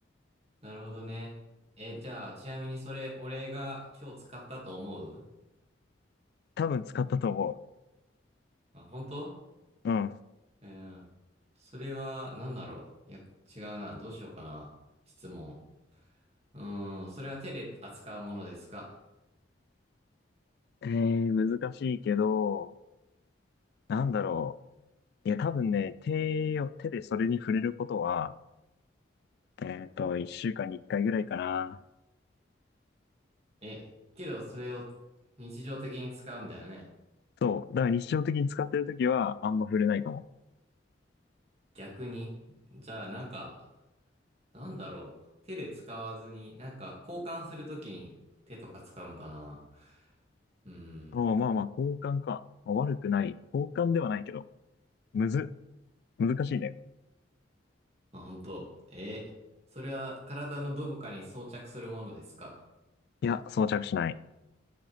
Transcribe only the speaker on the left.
多分使ったと思う。
うん。
えー、難しいけど、なんだろう。いや、多分ね、手を、手でそれに触れることは、えっと、一週間に一回ぐらいかな。
そう。だから日常的に使ってるときは、あんま触れないかも。
ああ、まあまあ、交換か。まあ悪くない。交換ではないけど。むず、難しいね。
いや、装着しない。